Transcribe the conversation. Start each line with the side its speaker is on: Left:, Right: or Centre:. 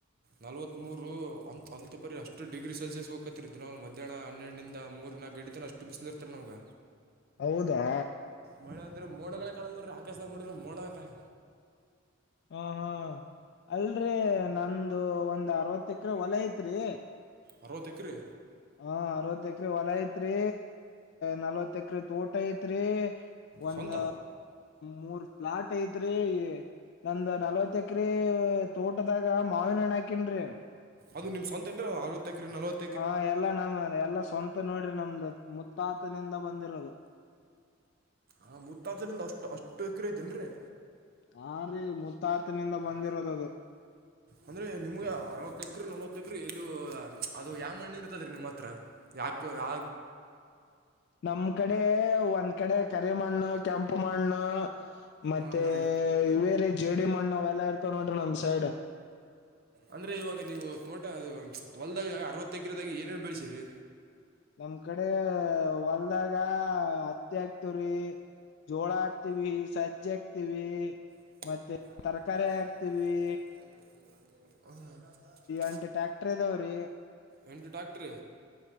Right: ನಲವತ್ತು ಮೂರು ಅಂತ ಅಂತ ಪರಿ ಡಗ್ರಿ ಸೊಲ್ಯೂಷ ಹೊಗ್ <unintelligible> ಮಧ್ಯಾಹ್ನ ಹನೆರಡನಿಂದ ಮೂರ ನಾಲ್ಕು ಗಂಟೆ ತನಕ ಅಷ್ಟು ಬಿಸಿಲ ಇರತ್ತರೀ ನಮಗ
Left: ಹೌದಾ
Right: ಮಳೆ ಅಂದ್ರ ಮೋಡಗಳ ಕಾಣ್ತಾ ಇಲ್ಲ ಆಕಾಶದಲ್ಲಿ ಮೋಡಗಳ ಕಾಣ
Left: ಹಾ ಹಾ ಅಲ್ಲರಿ ನಂದು ಒಂದ ಆರವತ್ತ ಎಕರೆ ಹೋಲ ಐತ್ರಿ.
Right: ಆರವತ್ತ ಎಕರೆ
Left: ಹಾ ಆರವತ್ತ ಎಕರೆ ಹೋಲ ಐತ್ರಿ ನಲವತ್ತ ಎಕರೆ ತೋಟ ಐತ್ರಿ. ಒಂದ
Right: ಸ್ವಂತ
Left: ಮೂರ ಫ್ಲಾಟ್ ಐತ್ರಿ. ನಂದ ನಲವತ್ತ ಎಕರೆ ತೋಟದಾಗ ಮಾವಿನ ಹಣ್ಣ ಹಾಕೆನ್ರೀ.
Right: ಅದು ನಿಮ್ಮ ಸ್ವಂತ ಅನ್ರಿ ಆರವತ್ತು ಎಕರೆ ನಲವತ್ತು ಎಕರೆ
Left: ಹಾ ಎಲ್ಲಾ ನಮ್ಮ ಎಲ್ಲ ಸ್ವಂತ ನೋಡ್ರಿ ನಮ್ದ ಮುತ್ತಾತನಿಂದ ಬಂದಿರೋದು.
Right: ಆ ಮುತ್ತಾತನಿಂದ ಅಷ್ಟ ಅಷ್ಟ ಎಕರೆ ಆಯ್ತೇನ್ರಿ.
Left: ಹಾ ರೀ ಮುತ್ತಾತಿನಿಂದ ಬಂದಿರೋದದು.
Right: ಅಂದ್ರೆ ನಿಮಗ ಅರವತ್ತ ಎಕರೆ ನಲವತ್ತ ಎಕರೆ ಇದು ಯಾವ ಮಣ್ಣು ಇರುತ್ತೆ ನಿಮ್ಮ ಹತ್ತಿರ ಯಾಕ ಯಾ
Left: ನಮ್ಮ ನಮ್ಮ ಕಡೆ ಒಂದ್ ಕಡೆ ಕರಿ ಮಣ್ಣು ಕೆಂಪು ಮಣ್ಣು ಮತ್ತೆ
Right: ಹಾಂ ರೀ
Left: ಏ ಇವೇರೀ ಜೆಡಿ ಮಣ್ಣು ಅವೆಲ್ಲ ಇರ್ತವೆ ನೋಡ್ರಿ ನಮ್ಮ ಸೈಡ್.
Right: ಅಂದ್ರೆ ಇವಾಗ ನಿವು ತೋಟ ಹೋಲದಾಗ ಆರವತ್ತು ಎಕರೆದಾಗ ಏನ ಏನ ಬೆಳಸಿರೀ.
Left: ನಮ್ಮ ಕಡೆ ಹೊಲ್ದಾಗ ಹತ್ತಿ ಹಾಕತೇವ್ರಿ. ಜೋಳ ಹಾಕ್ತೀವಿ ಸಜ್ಜೆ ಹಾಕ್ತಿವಿ.
Right: <unintelligible>
Left: ಮತ್ತೆ ತರಕಾರಿ ಹಾಕ್ತಿವಿ ಎಂಟ ಟ್ಯಾಕ್ಟರ್ ಇದಾವರೀ.
Right: ಎಂಟ ಟ್ಯಾಕ್ಟರ್